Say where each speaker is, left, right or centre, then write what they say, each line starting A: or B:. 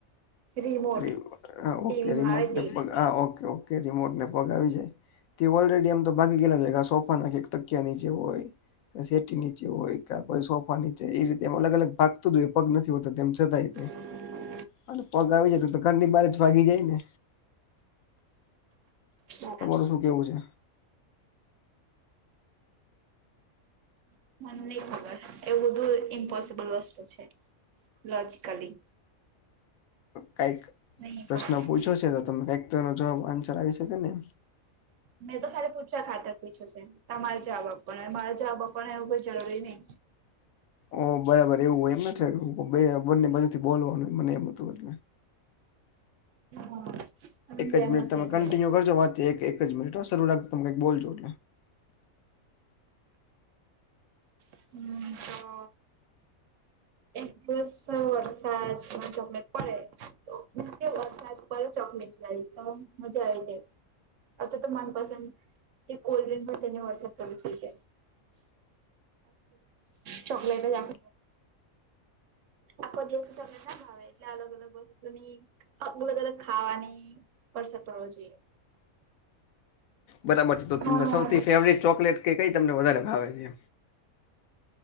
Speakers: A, on the right; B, on the left.
A: રિમોટ
B: રી હા
A: ટીવી
B: ઓકે
A: ન
B: રિમોટને
A: આવે તે
B: પગ હા ઓકે ઓકે રિમોટને પગાવી છેાય તે ઓલરેડી આમ તો બાકી ગે જ સોપાના કે એક ટકકી ની જેે હોય સેટી નીચે હોય ક કોઈ સોફા નીચે એ રીતે એમ અલગ અલગ ભાગતું હોય એ પગ નથી હોતા તેમ છતાય
A: <inaudible>
B: અને પગ આવી જતો તો ઘરની બારી જ ભાગી જાય ને
A: બરાબર
B: તમારું શું કેવું છે
A: હમ મને નઇ ખબર એવું બધું ઇમ્પોસિબલ વસ્તુ છે લોજકલી
B: કઈક
A: નહી
B: પ્રશ્ન
A: પણ
B: પૂછો છે તો તમે કઈક તોનો જવાબ આન્સર આવી શકે નેમ
A: મેં તો સ પૂછવા ખાતર પૂછ્યું છે તમારે જવાબ આપવાનો મારે જવાબ આપવાનો એવું કઈ જરૂરી નહી
B: ઓ બરાબર એવું એમ નથી બને બાજુ થી બોલવાનું મને એમ હતું હોટ
A: હા સમજ્યા
B: એક જ
A: એમ
B: મિનીત
A: હશે
B: તમે
A: એટલે
B: કન્ટિન્યુ કરજો વાત એક એક શરૂ રાખજો તમે કંઇક બોલજો
A: હમ તો એક દિવસ વરસાદ તમને પડે વરસાદ પ ચોકલેટ લ તો મજા આવે જાય અ તો તો મનપસંદ તે કોલ્ડ ડ્રિંક પણ તેની વટ્સઅપ કર છે ચકલેટ જ આપ આખો દિવસ એક ના ભાવે એટલે અલગ અલગ વસ્તુ ની બધ ત ખાવાની પડસર પડવો જોઈએ
B: બરાબર છે તો તમને
A: ના
B: સૌથી ફેવરટ ચોકલેટ કે કઈ તમને વધારે ભાવે છે